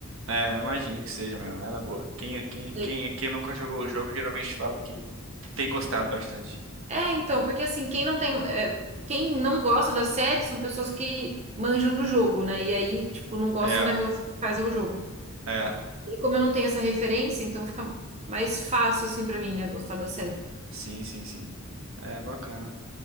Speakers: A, on the right; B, on the right.
A: É, imagino que seja mesmo, ela é boa. Quem, quem,
B: Daí,
A: quem,
B: tipo,
A: quem nunca jogou o jogo geralmente fala que tem gostado bastante.
B: É, então, porque assim, quem não tem, é, quem não gosta da série são pessoas que manjam do jogo, né? E aí, tipo, não gostam
A: É,
B: da relação que faz ao jogo.
A: é.
B: E como eu não tenho essa referência, então fica mais fácil assim pra mim, né, gostar da série.
A: Sim, sim, sim. É bacana.